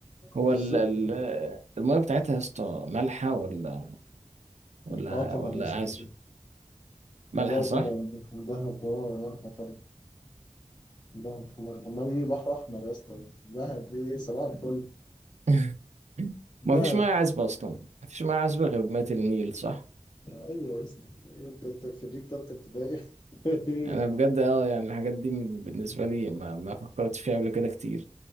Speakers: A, on the right; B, on the left.
A: هو
B: بالظبط
A: ال- ال-
B: يعني
A: المية بتاعتها يا اسطى مالحة ولا ولا
B: اه طبعا
A: ولا
B: يا اسطى
A: عذبة مالحة
B: لا
A: صح؟
B: طبعا ده- دهب اه ولا طبعا دهب حمار حمار ايه بحر احمر يا اسطى يعني. دهب ايه صباح الفل
A: <laughs> ما
B: دهب
A: فيش مية عذبة أصلا ما فيش مية عذبة غير مية النيل صح؟
B: ايوه يا اسطى انت انت خريج تالتة ابتدائي <laughs>
A: أنا بجد أه يعني الحاجات دي من- بالنسبة لي ما, ما فكرتش فيها قبل كده كتير